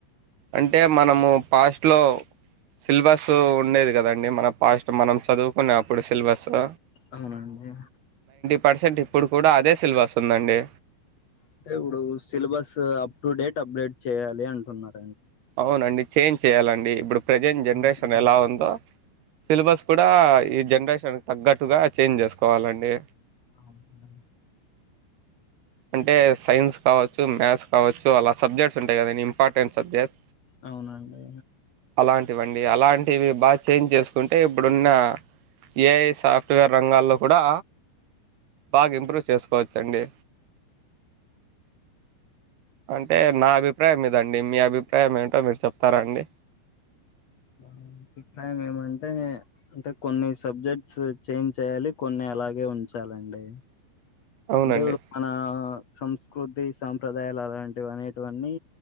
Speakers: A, on the right (about 65°); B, on the left (about 55°).
A: అంటే మనము పాస్ట్లో సిలబస్ ఉండేది కదండి మన పాస్ట్ మనం చదువుకునే అప్పుడు సిలబస్సు
B: అవునండి.
A: పర్సెంట్ ఇప్పుడు కూడా అదే సిలబస్ ఉందండి.
B: అంటే ఇప్పుడు syllabus up to date update చేయ్యాలి అంటున్నారు.
A: అవును అండి. చేంజ్ చేయాలండి ఇప్పుడు ప్రెజెంట్ జనరేషన్
B: అవునండి
A: ఎలా ఉందో సిలబస్ కూడా ఈ జనరేషన్ తగ్గట్టుగా చేంజ్ చేసుకోవాలండి.
B: అవును.
A: అంటే సైన్స్ కావచ్చు మ్యాథ్స్ కావచ్చు అలా సబ్జెక్ట్స్ ఉంటాయి కదండి ఇంపార్టెంట్ సబ్జెక్ట్స్
B: అవునండి.
A: అలాంటివండి అలాంటివి బాగా చేంజ్ చేసుకుంటే ఇప్పుడున్న ఏఐ సాఫ్ట్వేర్ రంగాల్లో కూడా బాగా ఇంప్రూవ్ చేసుకోవచ్చండి. అంటే నా అభిప్రాయం ఇదండి మీ అభిప్రాయం ఏంటో మీరు చెప్తారా అండి.
B: నా అభిప్రాయం ఏమంటే అంటే కొన్ని సబ్జెక్ట్స్ చేంజ్ చేయ్యాలి కొన్ని అలాగే ఉంచాలండి.
A: అవునండి
B: అంటే ఇప్పుడు మన సంస్ స్కృతి సాంప్రదాయాలు అలాంటివి అనేటివన్నీ